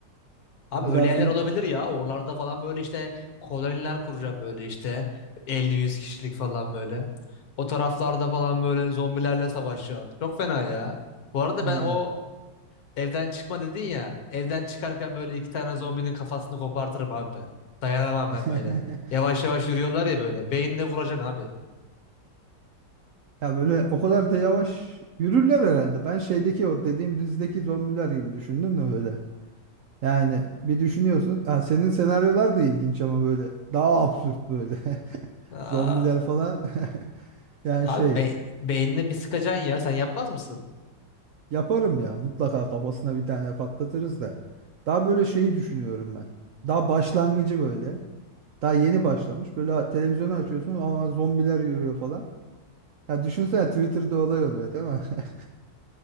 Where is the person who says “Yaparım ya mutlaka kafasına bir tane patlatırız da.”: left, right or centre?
Right